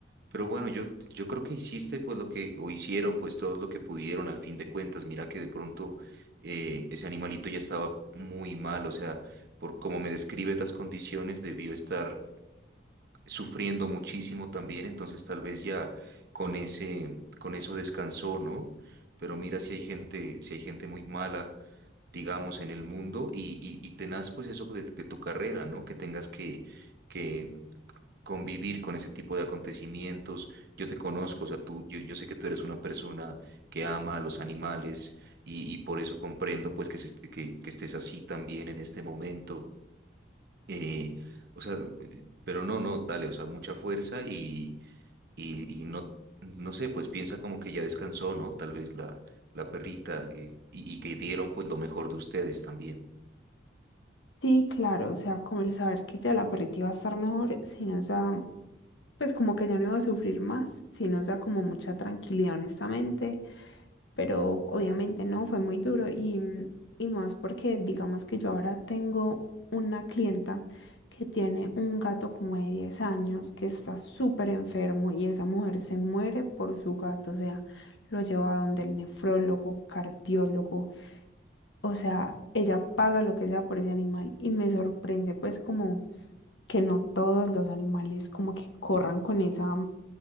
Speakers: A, on the right (about 55°); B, on the left (about 70°).
A: pero bueno, yo, yo creo que hiciste pues lo que, o hicieron pues todo lo que pudieron al fin de cuentas. Mira que de pronto eh, ese animalito ya estaba muy mal, o sea, por como me describe las condiciones, debió estar sufriendo muchísimo también, entonces tal vez ya con ese, con eso descansó, ¿no? Pero mira si hay gente, si hay gente muy mala, digamos, en el mundo y, y, y tenaz pues eso de, de tu carrera, ¿no? Que tengas que, que convivir con ese tipo de acontecimientos. Yo te conozco, o sea, tú, yo, yo sé que tú eres una persona que ama a los animales y, y por eso comprendo pues que, se est- que que estés así también en este momento. Eh, o sea, eh, pero no, no, dale, o sea, mucha fuerza y, y, y no, no sé, pues piensa como que ya descansó, ¿no? Tal vez la, la perrita eh, y, y que dieron pues lo mejor de ustedes también.
B: Sí, claro, o sea, como el saber que ya la perrita iba a estar mejor, sí nos da pues como que ya no iba a sufrir más, sí nos da como mucha tranquilidad, honestamente, pero obviamente no, fue muy duro y, mm, y más porque digamos que yo ahora tengo una clienta que tiene un gato como de 10 años que está súper enfermo y esa mujer se muere por su gato, o sea, lo lleva a donde el nefrólogo, cardiólogo, o sea, ella paga lo que sea por ese animal y me sorprende pues como que no todos los animales como que corran con esa